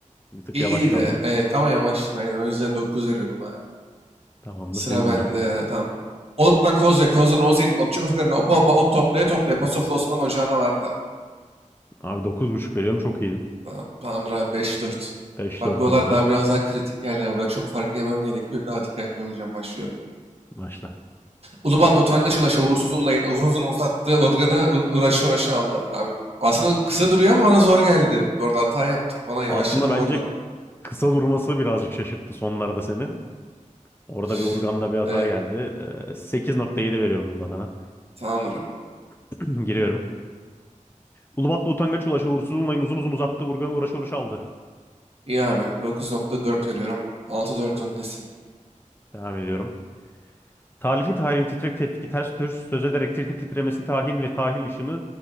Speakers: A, on the left; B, on the right.
A: Bir tık
B: İyi
A: yavaş kaldım.
B: de, Evet ama yavaştın aynen. O yüzden 9 veriyorum abi.
A: Tamamdır
B: Sıra
A: seni
B: bende.
A: dinliyorum.
B: Tamam. Oluk'tan Kozya, Koz'dan Oze'nin, Otçuk Otokarı'na, Opa Opa, Ot toplaya toplaya, Pasoflu Osman Ocağı'na vardı.
A: Abi dokuz buçuk veriyorum çok iyiydin.
B: Tamam, tamamdır abi 5-4.
A: 5-4
B: Bak buralar
A: oldu.
B: daha biraz daha kritik yerler. Burada çok fark yemem gerekiyor. Daha dikkatli olacağım. Başlıyorum.
A: Başla.
B: Ulubatlı utangaç ulaş uğursuz unlayın. Uzun uzun uzattı. Organı uğra- uğraşı uğraşı aldı. Abi, aslında kısa duruyor ama bana zor geldi. Bu arada hata yaptım. Bana yavaşladım
A: Aslında bence
B: orada.
A: kısa durması birazcık şaşırttı sonlarda seni. Orada
B: Üf,
A: bir Urgan'da bir hata
B: Evet,
A: geldi. Ee, 8.7 veriyorum bunda sana.
B: tamamdır abi.
A: <clears throat> Giriyorum. Ulubatlı utangaç ulaşı uğursuz unlayın uzun uzun uzattı. Urgan'ı uğraşı uğraşı aldı.
B: İyi abi. 9.4 veriyorum. 6.4 öndesin.
A: Devam ediyorum. Talifi tarihin titrek tevfiki ters töz söz ederek tir tir titremesi tahin ve tahil ışını